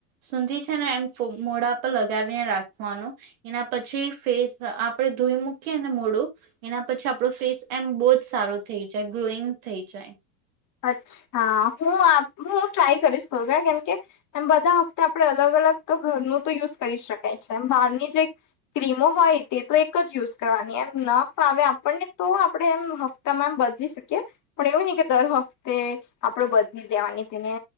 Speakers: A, on the right; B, on the left.
A: સુંંધી છે ને એમ મોડા પર લગાવીને રાખવાનું એના પછી ફેસ આપડણે ધોઈ મૂકીએ ને મોડું એના પછી આપડો ફેસ એમ બહુ જ સારું થઈ જાય ગ્રોઈંગ થઈ જાય.
B: અચ્છા હું આખું ટ્રાય કરીશ કેમ કેમ બધા હપ્તા આપડે અલગ અલગ ઘરનું તો યુઝ કરી શકાય છે બહારની જે ક્રીમો હોય તે તો એક જ યુઝ કરવા એમ ન ફાવે આપણને તો આપડે એમ હપ્તા એમ બદલી શકીએ પણ એવું નઈ કે દર વખત તે આપણેે બદલી દેવાની તેને